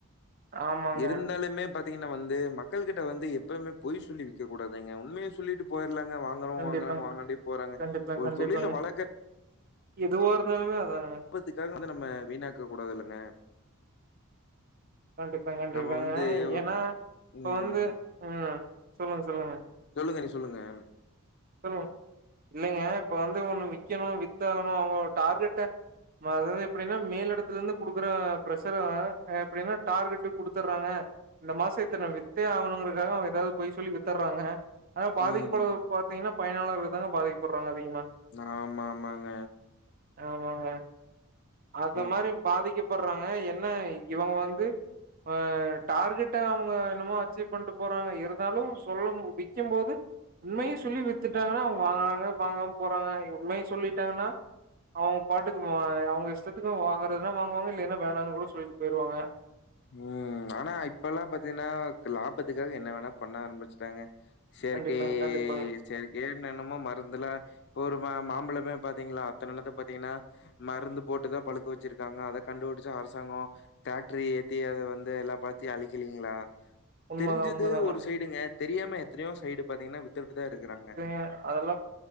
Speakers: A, on the right; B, on the left.
A: ஆமாங்க.
B: இருந்தாலுமே பாத்தீங்கன்னா வந்து மக்கள்கிட்ட வந்து எப்பவ்மே பொய் சொல்லி விக்கக் கூடாதுங்க உண்மைய சொல்லீட்டு போயர்லாங்க வாங் கறவ்ங்க
A: கண்டிப்பாங்க,
B: வாங்கறாங்க வாங்காட்டி போறாங்க
A: கண்டிப்பாங்க,
B: ஒரு
A: கண்டிப்பாங்க.
B: தொழில வளக்க
A: எதுவா இருந்தாலுமே அதாங்க
B: உற்பத்திக்காக வந்து நம்ம வீணாக்கக் கூடாதுல்லங்க
A: கண்டிப்பாங் கண்டிப்பாங்க
B: நம்ம வந்து
A: ஏனா இப்ப
B: ம்
A: வந்து ம் சொல்லுங் சொல்லுங்க
B: சொல்லுங்க நீ சொல்லுங்க ம்
A: சொல்லுங் இல்லைங்க இப்ப வந்து ஒன்னு விக்கணு வித்தாகணு அவுங்களோட டார்கெட்ட ம் அதாவ்து எப்டின்னா மேல் எடத்துலர்ந்து குடுக்கற ப்ரெஷர எப்டினா டார்கெட்டுக் குடுத்தர்றாங்க இந்த மாசோ இத்தன வித்தே ஆகணுங்கறக்காக அவங் எதாவ்து பொய் சொல்லி வித்தர்றாங்க ஆனா பாதிக்கப்பட்றது
B: ம்
A: பாத்தீங்கன்னா பயனாளர்கள் தாங்க பாதிக்ப்பட்றாங்க அதிகமா
B: ந ஆமா ஆமாங்க
A: ஆமாங்க அத
B: ஐயோ
A: மாரி பாதிக்கப் கூப்பட்றாங்க என்ன இவங்க வந்து அ டார்கெட்ட அவுங்க என்னமோ அச்சீவ் பண்ட்டு போறாங்க இருந்தாலு சொல்லம் விக்கம் போது உண்மைய சொல்லி வித்துட்டாங்கனா அவுங் வாங்கறாங்க வாங்காம போறாங்க உண்மைய சொல்லீட்டாங்கன்னா அவங்க பாட்டுக்கு அ அவுங்க இஷ்டத்துக்கு வாங்கறதுனா வாங்குவாங்க இல்லைன்னா வேணானுகூட சொல்லீட்டு போயிருவாங்க
B: ம் ஆனா இப்பல்லா பாத்தீங்கன்னா லாபத்துக்காக என்ன வேணா பண்ண ஆரம்பிச்சுட்டாங்க செயற்கை
A: கண்டிப்பாங்க கண்டிப்பாங்க.
B: செயற்கையே என்ன என்னமோ மருந்துல இப்ப ஒரு மா மாம்பழமே பாத்தீங்களா அத்தனனெத்த பாத்தீங்கன்னா மருந்து போட்டுதா பழுக்க வெச்சிருக்காங்க அத கண்டுபிடிச்ச அரசாங்கம் ஃபேக்ட்ரி த்து அத வந்து எல்லா பழத்தியு அழிக்கலீங்ளா
A: உண்மதா
B: தெரிஞ்சது
A: உண்மதாங்க.
B: ஒரு சைடுங்க தெரியாம எத் தனையோ சைடு பாத்தீங்கன்னா வித்துட்டுதா இருக்காங்க
A: அ அதெல்லா